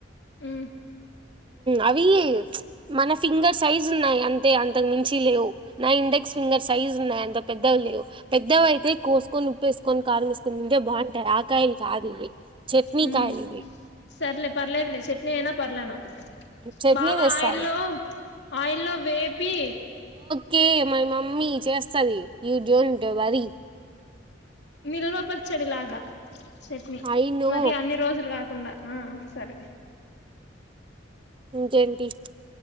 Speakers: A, on the left; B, on the right.
A: ఆ
B: అవి మన ఫింగర్ సైజ్ ఉన్నాయి అంతే అంతే ఇంతకు మించి లేవు నా ఇండెక్స్ ఫింగర్ సైజ్ ఉన్నాయి అంత పెద్దవి లేవు పెద్దవి అయితే కోసుకొని ఉప్పుేసుకొని కారం వేసుకొని నింటే బాగుంటాయి ఆకాయలు కాదు చట్నీ
A: హ
B: కాయలు ఇవి
A: సర్లే పర్లేదలే చెట్ నేనా పర్లే నాకు
B: చట్నీ
A: బాగా
B: తెస్తాలే
A: ఆయిల్లో ఆయిల్లో వేపి
B: కే ఎమఐమా మమ్ చేస్తుది డోట్ వరి
A: నిల్మపచ్చడిలాగా చట్నీ
B: ఐ నో
A: మరి అన్ని రోజులు కాదు కుండా ఆ సరే
B: జంటి